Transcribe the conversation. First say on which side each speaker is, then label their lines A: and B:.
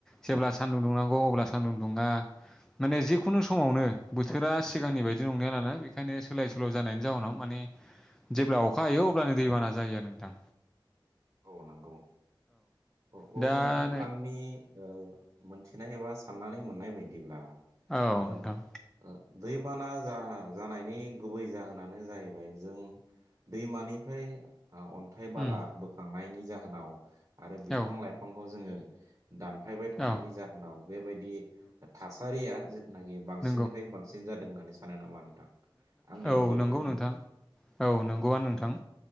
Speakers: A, in the centre; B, on the right.
A: जेब्ला सान्दुं दुंनांगौ अब्ला सानदुं दुङा। माने जिखुनु समावनो बोथोरा सिगांनि बायदि नंलिया नालाय बेखायनो सोलाय सोल' जानायनि जाहोनाव माने जेब्ला अखा हायो अब्लानो दैबाना जायो आरो नोंथां।
B: औ नंगौ औ
A: दा
B: औ नोंथां
A: नै
B: आंनि औ मोनथिनाय एबा साननानै मोननाय बायदिब्ला
A: औ
B: ओ
A: नोंथां।
B: ओ दैबाना जा जानायनि गुबै जाहोनानो जाहैबाय जों दैमानिफ्राय ओ अन्थाइ बाला
A: उम
B: बोखांनायनि जाहोनाव आरो
A: औ
B: बिफां
A: औ
B: लाइफांखौ जोङो दानफायबाय थानायनि
A: औ
B: जाहोनाव बेबायदि थासारिया नाखि बांसिननिफ्राय
A: नंगौ
B: बांसिन जादों होननानै सानो नामा नोंथां आंनि
A: औ
B: बायदिबाथ'
A: नंगौ नोंथां औ नंगौआनो नोंथां